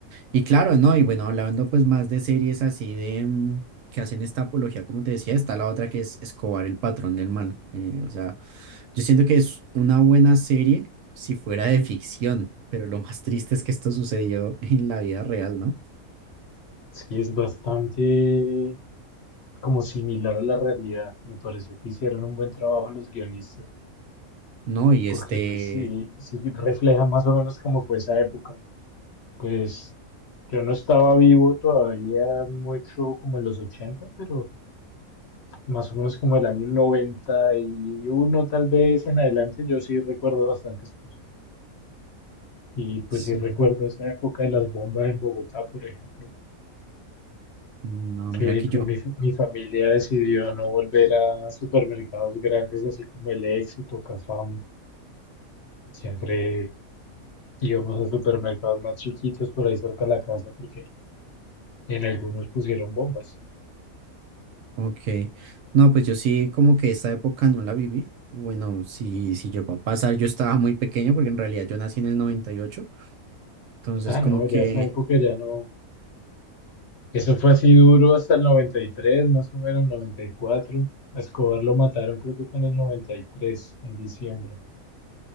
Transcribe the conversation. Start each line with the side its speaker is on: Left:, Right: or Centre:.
Right: Y claro, no, y bueno, hablando pues más de series así de mm, que hacen esta apología, como te decía, está la otra que es Escobar, el patrón del mal, eh, o sea... Yo siento que es una buena serie si fuera de ficción, pero lo más triste es que esto sucedió en la vida real, ¿no?
Left: Sí, es bastante como similar a la realidad. Me pareció que hicieron un buen trabajo los guionistas,
Right: No, y
Left: porque
Right: este,
Left: pues sí, sí refleja más o menos cómo fue esa época. Pues yo no estaba vivo todavía mucho como en los ochenta pero más o menos como el año 91 tal vez en adelante, yo sí recuerdo bastantes cosas. Y pues
Right: sí,
Left: sí recuerdo esa época de las bombas en Bogotá, por ejemplo,
Right: no,
Left: que
Right: mira que
Left: con
Right: yo,
Left: mi, fa- mi familia decidió no volver a supermercados grandes así como El Éxito, Cafam. Siempre íbamos a supermercados más chiquitos por ahí cerca de la casa porque en algunos pusieron bombas.
Right: ok, no, pues yo sí como que esta época no la viví, bueno, si, si llegó a pasar, yo estaba muy pequeño porque en realidad yo nací en el 98 entonces
Left: Ah,
Right: como
Left: no,
Right: que,
Left: ya esa época ya no. Eso fue así duro hasta el 93, más o menos 94. A Escobar lo mataron, creo que fue en el 93, en diciembre.